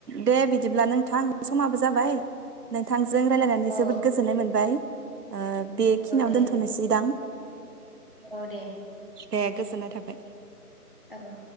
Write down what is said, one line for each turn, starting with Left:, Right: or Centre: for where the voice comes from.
Right: दे बिदिब्ला नोंथां समाबो जाबाय नोंथां जों रायजलायनानै
Left: औ
Right: जोबोद गोजोन्नाय मोनबाय ओ बेखिनियावनो
Left: औ दे
Right: दोनथनोसैदां
Left: औ दे
Right: दे गोजोननाय थाबाय
Left: औ